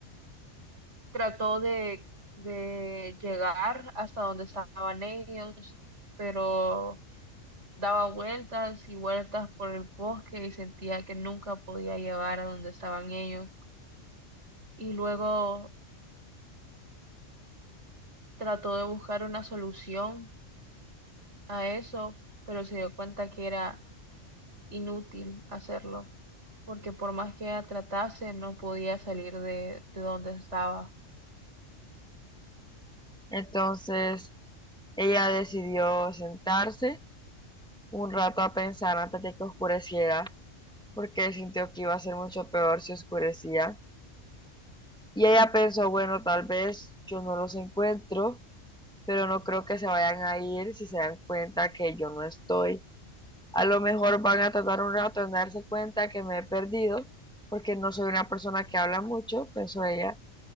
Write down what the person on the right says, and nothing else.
trató de, de llegar hasta donde estaban ellos, pero Daba vueltas y vueltas por el bosque y sentía que nunca podía llegar a donde estaban ellos. Y luego trató de buscar una solución a eso, pero se dio cuenta que era inútil hacerlo, porque por más que ella tratase, no podía salir de, de donde estaba.